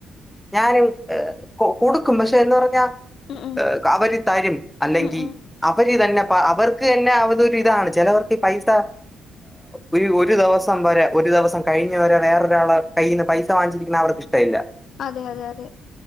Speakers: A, in the centre; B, on the left.
A: ഞാനും ഏഹ് കൊ കൊടുക്കും പക്ഷെ എന്ന് പറഞ്ഞാ
B: ഉം ഉം
A: ഏഹ് <unintelligible> അല്ലെങ്കി
B: ഉം ഉം
A: അവര് ഇതന്നെ പ്പ അവർക്ക് തന്നെ അവതൊരിതാണ് ചെലവർക്ക് ഈ പൈസ ഒരു ഒരു ദവസം വരെ ഒരു ദവസം കഴിഞ്ഞ് വരെ വേറൊരാള് കയ്യിന്ന് പൈസ വാങ്ങിച്ചിര്ക്ക്ണ അവർക്ക് ഇഷ്ടവില്ല
B: അതെ അതെ അതെ